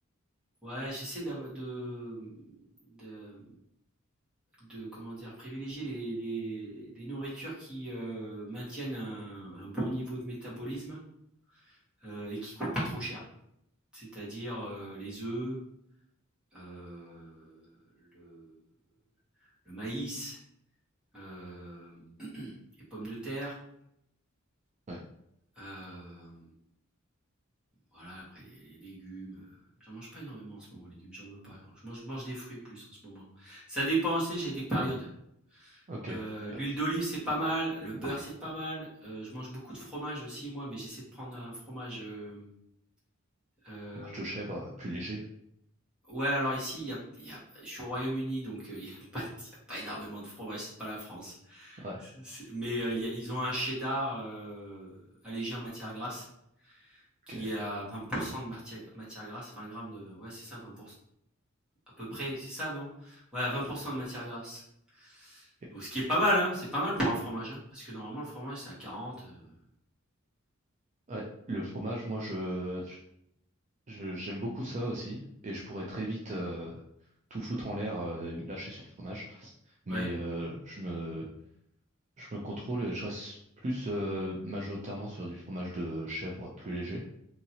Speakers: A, in the centre; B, on the right.
A: ouais, j'essaie d'avoir de, de, de... Comment dire? Privilégier les, les, les nourritures qui euh, maintiennent un, un bon niveau de métabolisme euh, et qui ne coûtent pas trop cher. C'est-à-dire euh, les œufs, euh, le, le maïs, euh, <clears throat> <coughs> les pommes de terre,
B: Ouais,
A: euh, voilà, après les, légumes. euh, J'en mange pas énormément en ce moment, les légumes, j'en veux pas. Alors, Je mange, mange des fruits plus en ce moment. Ça dépend, tu sais, j'ai des périodes.
B: ok.
A: Euh,
B: Ouais.
A: l'huile d'olive, c'est pas mal, le beurre, c'est pas mal. Euh, je mange beaucoup de fromage aussi, moi, mais j'essaie de prendre un fromage euh, euh,
B: Fromage de chèvre, euh, plus léger.
A: Ouais, alors ici, il y a il y a je suis au Royaume-Uni, donc heu, il y a pas il y a pas énormément de fromage, c'est pas la France.
B: Ouais,
A: C'est c'est mais heu, il y a ils ont un cheddar, heu, allégé en matière grasse
B: ok.
A: qui est à 20 de matière matière grasse, 20 grammes de ouais, c'est ça, 20 à peu près, c'est ça, non? Ouais, 20 de matière grasse.
B: ok.
A: Donc ce qui est pas mal, hein, c'est pas mal pour un fromage, hein, parce que normalement le fromage c'est à 40, heu
B: Ouais, le fromage, moi, je, je- j'aime beaucoup ça aussi. Et je pourrais très vite euh, tout foutre en l'air euh, et me lâcher sur le fromage. Mais
A: ouais,
B: euh, je me, je me contrôle et je reste plus euh, majoritairement sur du fromage de chèvre plus léger.